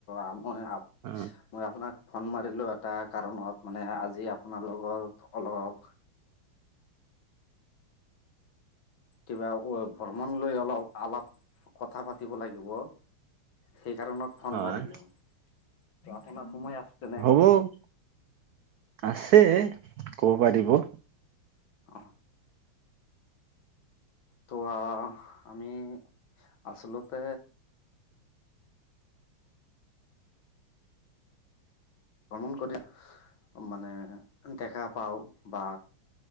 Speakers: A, on the left; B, on the right.
A: আম মই।
B: অ
A: মই আপোনাক ফোন মাৰিলোঁ এটা কাৰণত মানে আজি আপোনাৰ লগত অলপ। কিবা অ ভ্ৰমণ লৈ অলপ অলপ কথা পাতিব লাগিব। সেই কাৰণত ফোন
B: হয়
A: মাৰিলোঁ, ত, আপোনাৰ সোমাই আছে নে?
B: উম। আছে ক'ব পাৰিব।
A: আহ। তো আহ আমি আচলতে। ভ্ৰমণ কৰি মানে দেখা পাওঁ বা।